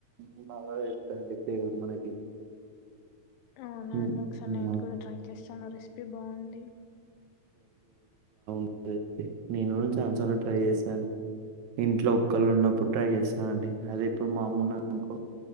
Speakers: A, on the right; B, on the left.
A: <inaudible> తరువాత తెలుస్తది అండి ఫ్లేవర్ మనకి
B: అవునాండి
A: హ్మ్.
B: ఒకసారి
A: హ్మ్.
B: నేను కూడా ట్రై చేస్తాను రెస్ ఒకే బై అండి
A: ఒకే నేను కూడా చాలా ట్రై చేశాను. ఇంట్లో ఒక్కళ్ళు ఉన్నప్పుడు ట్రై చేస్తానండి అదే ఇప్పుడు మా అమ్మ ఉన్నది అనుకో